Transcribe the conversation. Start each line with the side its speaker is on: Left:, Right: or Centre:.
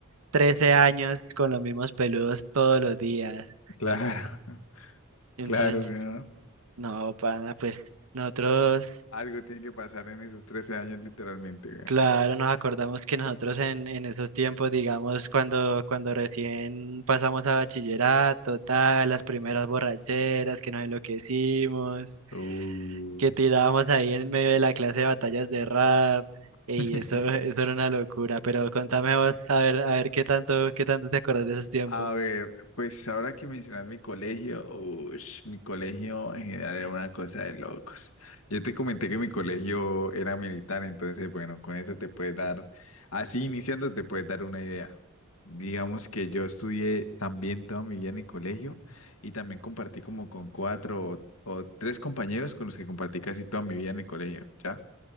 Right: 13 años con los mismos peludos todos los días.
Left: claro, <laughs>
Right: Entonces,
Left: claro que no.
Right: no, pana, pues nosotros,
Left: Algo tiene que pasar en esos 13 años, literalmente,
Right: claro, nos acordamos que nosotros en, en esos tiempos, digamos, cuando, cuando recién pasamos a bachillerato, tal, las primeras borracheras que nos enloquecimos.
Left: güey. Uh.
Right: que tirábamos ahí en medio de la clase de batallas de rap,
Left: <laughs>
Right: y eso, eso era una locura, pero contame vos, a ver, a ver qué tanto, qué tanto te acordás de esos tiempos.
Left: A ver, pues ahora que mencionas mi colegio, ush, mi colegio en general era una cosa de locos. Yo te comenté que mi colegio era militar, entonces bueno, con eso te puedes dar, así iniciando te puedes dar una idea. Digamos que yo estudié también toda mi vida en el colegio y también compartí como con cuatro o, o tres compañeros con los que compartí casi toda mi vida en el colegio, ¿ya?